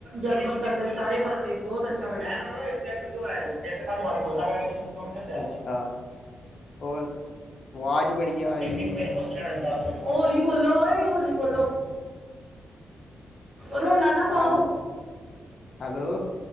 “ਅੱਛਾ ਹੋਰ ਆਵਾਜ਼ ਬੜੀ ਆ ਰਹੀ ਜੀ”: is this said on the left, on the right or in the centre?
Left